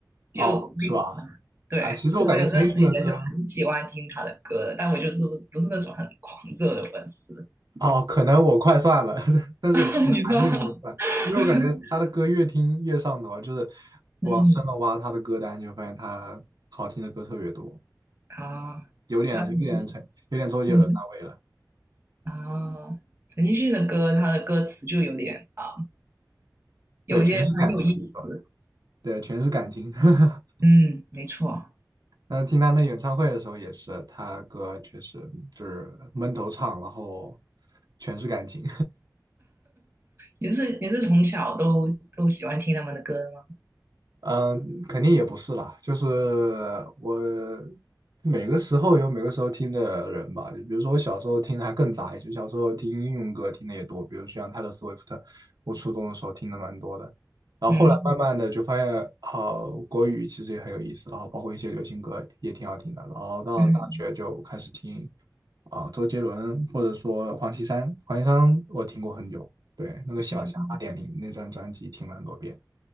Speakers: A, on the right; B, on the right.
A: 哦，
B: 就比
A: 是吧？
B: <laughs> 对，
A: 哎，其实我感觉陈奕迅的歌，
B: 就我有认识一些就很喜欢听他的歌的，但我就是不不是那种很狂热的粉丝。
A: 哦，可能我快算了，<laughs> 但是我还没有这么算，
B: <laughs> 你说？<laughs>
A: 因为我感觉他的歌越听越上头啊，就是往深了挖他的歌单，
B: 嗯
A: 就发现他好听的歌特别多，
B: 啊，
A: 有点有点陈，
B: 他不是
A: 有点周杰伦那味了。
B: 嗯啊，哦陈奕迅的歌，他的歌词就有点啊，有些很有意思。
A: 对，全是感情，是吧？对，全是感情。<laughs>
B: 嗯，没错。
A: 那听他那演唱会的时候也是，他歌确实就是闷头唱，然后全是感情。
B: 你是你是从小都都喜欢听他们的歌的吗？
A: 嗯，肯定也不是啦，就是我每个时候有每个时候听的人吧。就比如说我小时候听的还更杂一些，小时候听英文歌听的也多，比如像泰勒·斯威夫特，我初中的时候听的蛮多的。然后后来慢慢的就发现，
B: 嗯
A: 呃，国语其实也很有意思，然后包括一些流行歌也挺好听的。然后到大学就开始听
B: 嗯
A: 啊、周杰伦或者说黄绮珊，黄绮珊我听过很久，对，那个小霞二点零那张专辑听了很多遍。
B: 嗯